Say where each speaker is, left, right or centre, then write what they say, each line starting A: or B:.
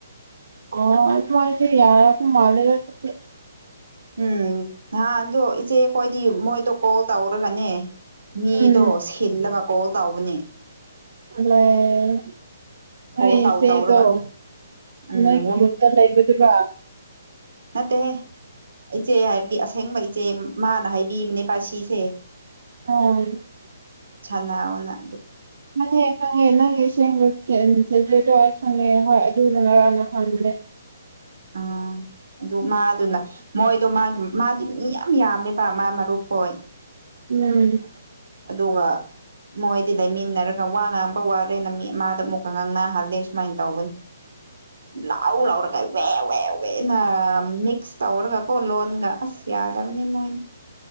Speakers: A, on the right (about 60°); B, on the right (about 85°).
A: ꯑ ꯃꯥꯗꯤ ꯌꯥꯔꯀ ꯃꯥꯂꯦꯗꯗꯤ
B: ꯎꯝ ꯅꯍꯥꯟꯗꯣ ꯏꯆꯦꯈꯣꯏꯗꯤ ꯃꯣꯏꯗꯣ ꯀꯣꯜ ꯇꯧꯔꯒꯅꯦ ꯃꯤꯗꯣ
A: ꯎꯝ
B: ꯁꯤꯜꯂꯕ ꯀꯣꯜ ꯇꯧꯕꯅꯦ
A: ꯂꯩ ꯍꯣꯏꯆꯦꯗꯣ
B: ꯀꯣꯜ ꯇꯧ ꯇꯧꯔꯒ ꯎꯝ
A: ꯅꯣꯏꯒꯤ ꯠꯇ ꯂꯩꯕꯗꯨꯔꯣ
B: ꯅꯠꯇꯦ ꯏꯆꯦ ꯍꯥꯏꯕꯗꯤ ꯑꯁꯦꯡꯕ ꯏꯆꯦ ꯃꯥꯅ ꯍꯥꯏꯕꯤꯕꯅꯦ ꯕꯥ ꯁꯤꯁꯦ
A: ꯑ
B: ꯆꯅꯥꯅ
A: ꯃꯅꯦ ꯈꯅ ꯁꯦꯡ ꯆꯁꯦꯁꯦꯗꯣ ꯈꯪꯉꯦ ꯍꯣꯏ ꯑꯗꯨ ꯂꯅ ꯂꯥꯟꯅ ꯍꯥꯡꯗꯦ
B: ꯑꯥ ꯑꯗꯨ ꯃꯥꯗꯨꯅ ꯃꯣꯏꯗꯣ ꯃꯥꯒꯤ ꯃꯥꯗꯤ ꯃꯤ ꯌꯥꯝ ꯌꯥꯝꯃꯦꯕ ꯃꯥ ꯃꯔꯨꯞ ꯑꯣꯏ
A: ꯑ
B: ꯑꯗꯨꯒ ꯃꯣꯏꯗꯤ ꯂꯩꯃꯤꯟꯅꯔꯒ ꯋꯥ ꯉꯥꯡꯕ ꯋꯥꯔꯦꯅ ꯃꯤ ꯃꯥꯗ ꯑꯃꯨꯛꯀ ꯉꯥꯡꯅꯍꯜꯂꯦ ꯁꯨꯃꯥꯏꯅ ꯇꯧꯕꯅꯤ ꯂꯥꯎ ꯂꯥꯎꯔꯒ ꯋꯦ ꯋꯦ ꯋꯦꯅ ꯃꯤꯛꯁ ꯇꯧꯔꯒ ꯀꯣ ꯂꯣꯟꯒ ꯑꯁ ꯌꯥꯗꯕꯅꯤ ꯃꯣꯏꯗꯤ